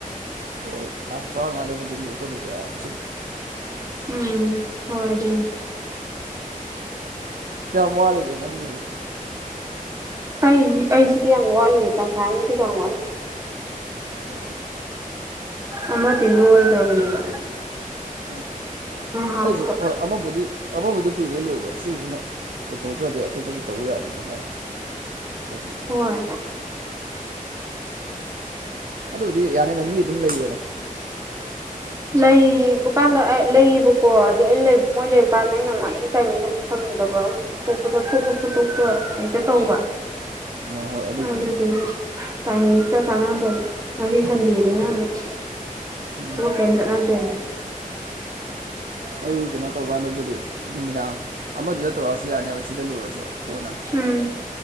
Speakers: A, on the right; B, on the right.
A: ꯍꯣꯏ ꯇꯥꯡ ꯇꯔꯥꯃꯉꯥꯗꯕꯨꯗꯤ ꯂꯦꯞꯄꯅꯦꯗꯤ ꯍꯥꯏꯔꯕꯅꯤ ꯁꯤ
B: ꯎꯝ ꯍ ꯑꯗꯨꯅꯦ
A: ꯀꯌꯥꯝ ꯋꯥꯠꯂꯤꯒꯦ ꯅꯪꯒꯤꯕꯨ
B: ꯑꯩ ꯑꯩꯁꯤꯗꯤ ꯌꯥꯝ ꯋꯥꯠꯂꯤꯌꯦ ꯇꯪꯈꯥꯏꯃꯨꯛꯀꯤꯁꯨ ꯌꯥꯝ ꯋꯥꯠꯂꯝ
A: ꯑꯣ
B: ꯑꯃꯗꯤ ꯂꯣꯏꯒ꯭ꯔꯕꯅꯦꯕ
A: ꯑꯣ
B: ꯍꯥꯞꯄ
A: ꯑꯩꯖꯨ ꯍꯣꯏ ꯑꯃꯕꯨꯗꯤ ꯊꯕꯛꯄꯨꯗꯤ ꯀꯨꯏꯔꯦ ꯂꯣꯏꯕ ꯁꯤꯖꯤꯃ ꯄꯨꯊꯣꯛꯇ꯭ꯔꯗꯤ ꯑꯇꯣꯞꯄꯖꯨ ꯇꯧ ꯌꯥꯗꯕꯅꯤꯅꯅ꯫ ꯇꯔꯕ
B: ꯍꯣꯏ
A: ꯑꯗꯨꯕꯨꯗꯤ ꯌꯥꯅꯤꯅ ꯃꯤ ꯑꯗꯨꯝ ꯂꯩꯕꯅꯦ
B: ꯂꯩꯕꯀꯥꯟꯗ ꯂꯩꯌꯦꯕꯀꯣ ꯑꯗꯨ ꯑꯩ ꯂꯩꯕ ꯃꯣꯏ ꯂꯩꯕ ꯀꯥꯟꯗ ꯑꯩꯅꯃꯨꯛ ꯑꯩꯒꯤ ꯇꯥꯏꯃꯤꯡꯗꯣ ꯑꯃꯨꯛ ꯁꯪꯗꯕ ꯑꯃꯨꯛ ꯊꯣꯛꯄ ꯆꯠꯊꯣꯛꯄ ꯈꯣꯠꯇꯣꯛꯄ ꯍꯦꯛꯇ ꯇꯧꯕ
A: ꯑ ꯍꯣꯏ ꯑꯗꯨꯕꯨꯗꯤ
B: ꯑꯗꯨ ꯑꯗꯨ ꯑꯗꯨ ꯇꯅꯤꯗ ꯁꯉ ꯊꯧꯕ <unintelligible> ꯍꯥꯏꯗꯤ ꯁꯟꯗꯦꯅꯤꯅ ꯑꯃꯨꯛ
A: ꯑꯝ
B: ꯗꯣ ꯀꯩꯝ ꯆꯠꯅꯗ꯭ꯔꯦꯅꯦ
A: ꯑꯩ ꯀꯩꯅꯣ ꯇꯧꯀꯥꯟꯗꯕꯨꯗꯤ ꯅꯨꯃꯤꯗꯥꯡ ꯑꯃꯗꯨꯗ ꯇꯧꯔꯛꯑꯁꯨ ꯌꯥꯅꯦꯕ ꯁꯤꯗ ꯂꯣꯏꯔꯁꯨ ꯀꯣꯟꯅ
B: ꯎꯝ